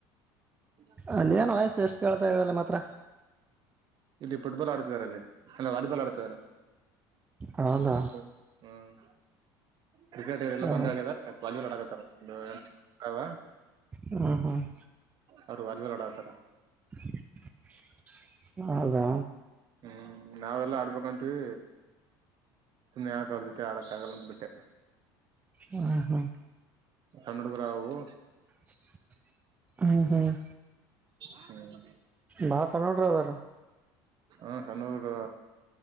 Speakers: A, on the right; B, on the right.
A: ಹಾ
B: ಅಲ್ಲಿ ಏನ್ ವಯಸ್ಸ ಎಷ್ಟು ಕೇಳ್ತಾ ಇದರಲ್ಲ ಮಾತ್ರ.
A: ಇಲ್ಲಿ ಫುಟ್ಬಾಲ್ ಆಡ್ತಿದಿದ್ದಾರೆ ಅಲ್ಲಿ ಇಲ್ಲ ವಾಲಿಬಾಲ್ ಆಡ್ತಿದಿದ್ದಾರೆ
B: ಹೌದಾ
A: <inaudible> ಹುಡುಗ <inaudible> ಹಂಗ ಕ್ರಿಕೆಟ್ ಇದೆಲ್ಲ
B: ಹ
A: ಬಂದ್ ಆ್ಯಗೆದ್ದ ವಾಲಿಬಾಲ್ ಆಡಕತ್ತರ ಒಂದ್ ಏಳ ಎಂಟು ಜನ ಅದಾವ
B: ಹ್ಮ್ಮ್ ಹ್ಮ್ಮ್
A: ಅವರು ವಾಲಿಬಾಲ್ ಆಡಕತ್ತಾರ.
B: <unintelligible> ಹೌದಾ
A: ಹ್ಮ್ ನಾವೆಲ್ಲಾ ಆಡ್ಬೇಕಂತೀವಿ ಸುಮ್ಮ್ನೆ ಯಾಕ ಅವ್ರ ಜೊತೆ ಆಡಕ್ ಆಗಲ್ಲಂದ ಬಿಟ್ಟೆ.
B: ಹಾ ಹಾ
A: ಸಣ್ಣ ಹುಡುಗರಾವವು.
B: <unintelligible> ಹ್ಮ್ಮ್ ಹ್ಮ್ಮ್
A: ಹ್ಮ
B: ಬಾಳ ಸಣ್ಣ ಹುಡ್ರು ಅದರಾ
A: ಹಾ ಸಣ್ಣವಾ ಇದ್ದವ